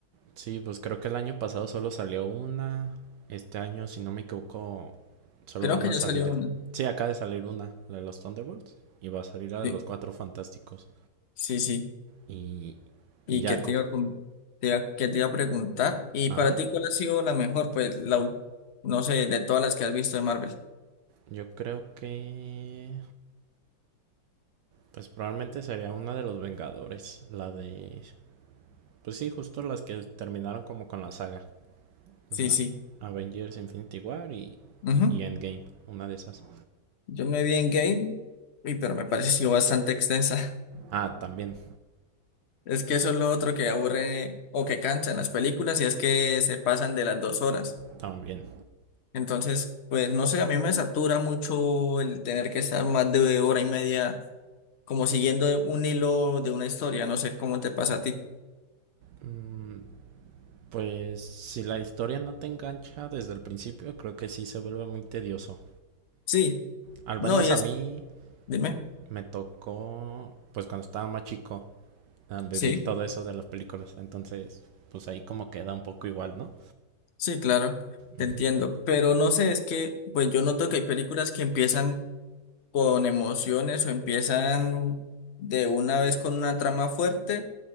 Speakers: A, on the right (about 70°); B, on the left (about 50°).
A: Sí, pues creo que el año pasado solo salió una. Este año, si no me equivoco, solo
B: Creo
A: van
B: que
A: a
B: ya
A: salir.
B: salió una.
A: Sí, acaba de salir una, la de los Thunderbolts. Y va a salir la de
B: Sí,
A: los Cuatro Fantásticos.
B: sí, sí.
A: Y,
B: Y
A: y ya,
B: que te
A: como-
B: iba a, com- te iba- que te iba a preguntar. ¿Y
A: Ajá.
B: para ti cuál ha sido la mejor? Pues la, ul- no sé, de todas las que has visto de Marvel.
A: Yo creo que. Pues probablemente sería una de los Vengadores. La de. Pues sí, justo las que terminaron como con la saga.
B: Sí,
A: La
B: sí.
A: Avengers Infinity War y,
B: Ujú.
A: y Endgame, una de esas.
B: Yo me vi en Game, y pero me pareció bastante extensa. <laughs>
A: Ah, también,
B: Es que eso es lo otro que aburre o que cansa en las películas y es que se pasan de las dos horas.
A: también.
B: Entonces, pues no sé, a mí me satura mucho el tener que estar más de hora y media como siguiendo un hilo de una historia, no sé cómo te pasa a ti.
A: Mm, Pues si la historia no te engancha desde el principio, creo que sí se vuelve muy tedioso.
B: Sí,
A: Al
B: no,
A: menos
B: y
A: a
B: es,
A: mí
B: dime,
A: me tocó, pues cuando estaba más chico, a vivir
B: sí,
A: todo eso de las películas. Entonces, pues ahí como queda un poco igual, ¿no?
B: sí, claro, te
A: Ujú,
B: entiendo, pero no sé, es que pues yo noto que hay películas que empiezan con emociones o empiezan de una vez con una trama fuerte